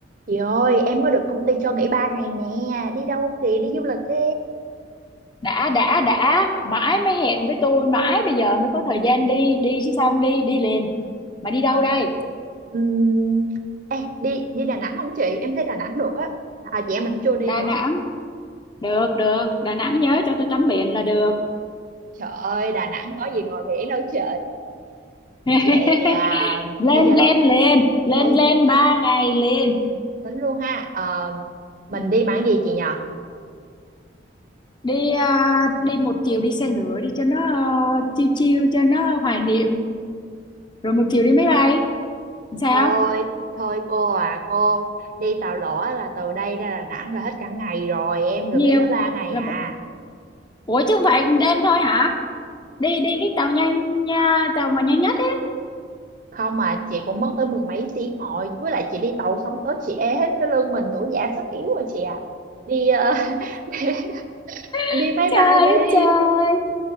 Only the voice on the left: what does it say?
đã đã đã mãi mới hẹn với tôi mãi bây giờ mới có thời gian đi đi chứ sao không đi đi liền mà đi đâu
đây
Đà
Nẵng được được Đà Nẵng nhớ cho tôi tắm biển là được
<laughs>
lên
lên lên lên
lên ba ngày liền
ừ.
đi à, đi một chiều đi xe lửa đi cho nó uh, chiêu chiêu cho nó hoài niệm rồi một chiều đi máy bay sao
nhiều
là
một... ủa chứ không phải đêm thôi hả đi đi cái tàu nhanh nha, tàu mà nhanh nhất
<laughs>
trời
ơi
trời